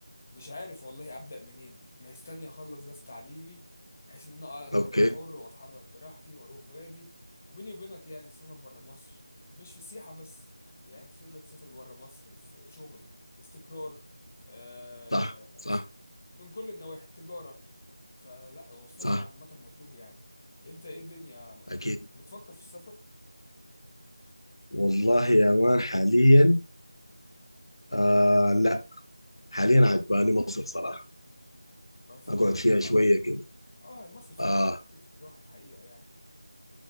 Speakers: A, on the left; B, on the left.
A: مش عارف والله أبدأ منين مستني أخلص بس تعليمي بحيث إن أنا أقدر
B: أوكي
A: أبقى حر وأتحرك براحتي وأروح وأجي وبيني وبينك يعني السفر بره مصر مش في السياحة بس يعني أنت تقدر تسافر بره مصر في شغل استقرار آه،
B: صح صح
A: من كل النواحي تجارة فلا هو السفر
B: صح
A: عامة مطلوب يعني انت ايه الدنيا
B: أكيد
A: بتفكر في السفر
B: والله يا مان حاليا آه لا حاليا عجباني مصر صراحة
A: ما بتفكرش
B: أقعد فيها
A: تتحرك
B: شوية كده
A: اه مصر فيها
B: آه
A: اماكن كتير تتروح الحقيقة يعني